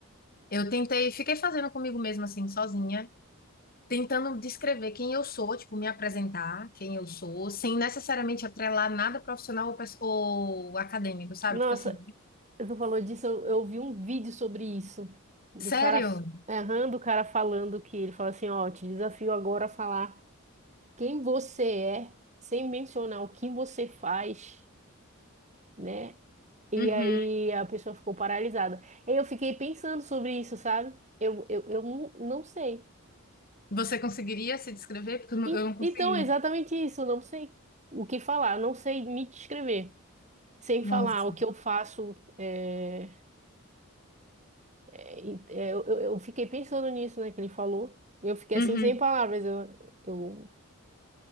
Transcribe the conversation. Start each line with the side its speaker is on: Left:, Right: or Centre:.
Left: Eu tentei, fiquei fazendo comigo mesma, assim, sozinha, tentando descrever quem eu sou, tipo, me apresentar, quem eu sou, sem necessariamente atrelar nada profissional ou, pes- ou acadêmico, sabe?
Right: Nossa,
Left: Tipo assim,
Right: tu falou disso, eu, eu vi um vídeo sobre isso, do
Left: sério?
Right: cara, errando, o cara falando que ele fala assim, ó, te desafio agora a falar quem você é, sem mencionar o que você faz. né? E
Left: Uhum.
Right: aí a pessoa ficou paralisada. Aí eu fiquei pensando sobre isso, sabe? Eu, eu, eu não não sei.
Left: Você conseguiria se descrever? Porque eu não,
Right: E-
Left: eu não consegui.
Right: então, é exatamente isso, eu não sei o que falar, eu não sei me descrever. Sem falar
Left: Nossa.
Right: o que eu faço, é, é, é, eu, eu eu fiquei pensando nisso, né, que ele falou. E Eu fiquei
Left: Uhum.
Right: assim, sem palavras, eu, eu